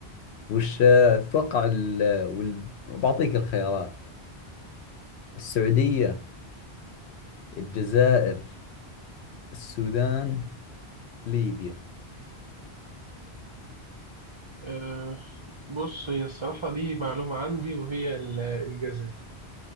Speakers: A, on the left; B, on the right.
A: وش آه، تتوقع ال... وال... بعطيك الخيارات السعودية الجزائر السودان ليبيا
B: أه بص هي الصراحة دي معلومة عندي وهي ال- الجاذبية